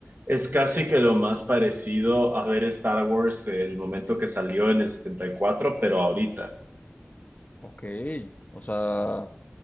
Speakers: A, on the right; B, on the left.
A: es casi que lo más parecido a ver Star Wars el momento que salió en el 74, pero ahorita.
B: Ok, o sea,